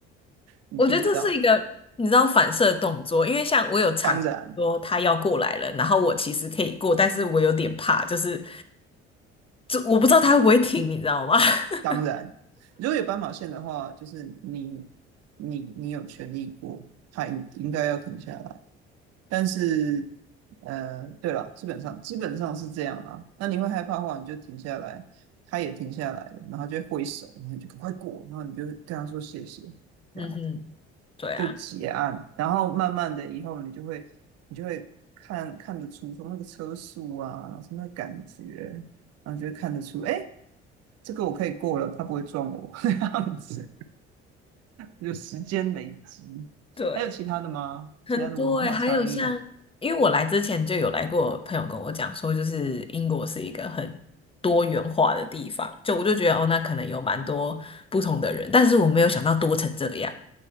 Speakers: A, on the left; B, on the right.
A: <laughs>
B: 你听不到。
A: 我觉得这是一个你知道反射动作，因为像我有常说他要过来了，
B: 当然，
A: 然后我其实可以过，但是我有点怕，就是就我不知道他会不会停，你知道吗？<laughs>
B: 当然，如果有斑马线的话，就是你你你有权利过，他应应该要停下来。但是，呃，对了，基本上基本上是这样啦。那你会害怕的话，你就停下来，他也停下来了，然后就会挥手，然后你就赶快过，然后你就跟他说谢谢，这样
A: 嗯哼，<laughs> 对啊，
B: 就结案。然后慢慢的以后，你就会你就会看看得出从那个车速啊，什么感觉，然后就会看得出，哎，这个我可以过了，他不会撞我 <laughs>，这样子，就时间累积。
A: 对。
B: 还有其他的吗？
A: 很多哎、
B: 其他的文化差异？
A: 还有像，因为我来之前就有来过，朋友跟我讲说，就是英国是一个很多元化的地方，就我就觉得哦，那可能有蛮多不同的人，但是我没有想到多成这样。